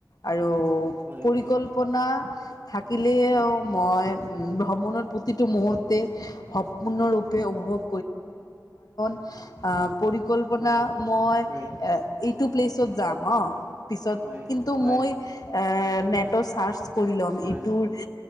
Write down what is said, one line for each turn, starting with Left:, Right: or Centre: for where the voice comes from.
Left: আৰু
Right: হয়
Left: পৰিকল্পনা
Right: হয়
Left: থাকিলেও
Right: হয়
Left: মই ভ্ৰমণৰ প্ৰতিটো মুহূৰ্তে সপূৰ্ণৰূপে উপভোগ অ পৰিকল্পনা
Right: হয়
Left: মই
Right: হয়
Left: এ - এইটো প্লেচত যাম অ' পিছত
Right: হয়
Left: কিন্তু ম
Right: হয়
Left: মই অ - নেট' চাৰ্চ কৰি লম
Right: হয়
Left: ইটোৰ